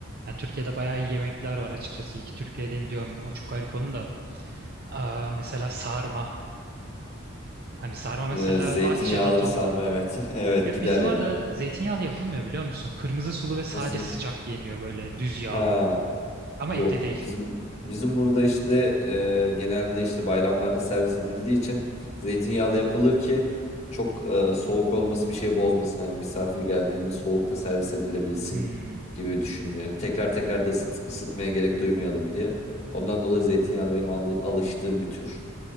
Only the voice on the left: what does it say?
Ee, zeytinyağlı
bir sarma evet. <laughs> Evet
gider
ya.
Nasıl?
Ha
yok.
Bizim bizim burada işte e, genelde işte bayramlarda servis edildiği için zeytinyağlı yapılır ki çok e, soğuk olması bir şey bozmasın. Hani misafir geldiğinde soğukta servis edilebilsin
gibi düşünüyor. Tekrar tekrar da ısıt, ısıtmaya gerek duymayalım diye. Ondan dolayı zeytinyağlı benim alı- alıştığım bir tür.